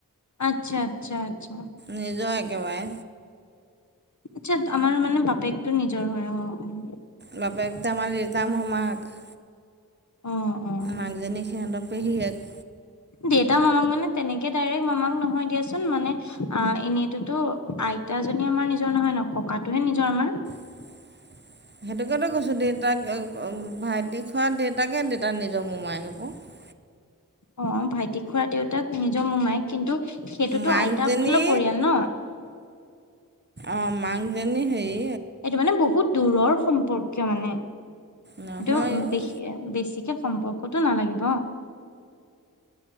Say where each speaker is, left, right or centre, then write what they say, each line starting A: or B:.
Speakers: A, on the left; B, on the right.
A: আচ্ছা আচ্ছা আচ্ছা
B: নিজৰ একেবাৰে
A: আচ্ছা আমাৰ মানে বাপেকটো নিজৰ হয় অ
B: বাপেকটো আমাৰ দেতাৰ মোমাই ক
A: অ অ অ
B: মাকজনী সিহঁতৰ পেহি এক
A: দেতা মামাক মানে তেনেকে দাৰেক মামাক নহয় দিয়াচোন মানে এনেই টো ত তাজনী আমাৰ নিজৰ নহয় ন ককাটোহে নিজৰ আমাৰ
B: <unintelligible> <inaudible> সেইটোকেতো কৈছো দেউতাক ভাইটি খোৱা দেউতাকে দেউতাৰ নিজৰ মো মায় আকৌ <unintelligible> <unintelligible> <inaudible>
A: অ ভাইটিক খুৰা দেউতাক নিজৰ মোমাই কিন্তু সেইটোতো
B: মাকজনী
A: আইতা ভালৰ পৰিয়াল ন
B: অ মাকজনী হেই
A: এইটো মানে বহুত দূৰৰ সম্পৰ্কীয় মানে
B: নহয়
A: এইটো
B: অ'
A: বে বেছিক সম্পৰ্কটো নালাগিব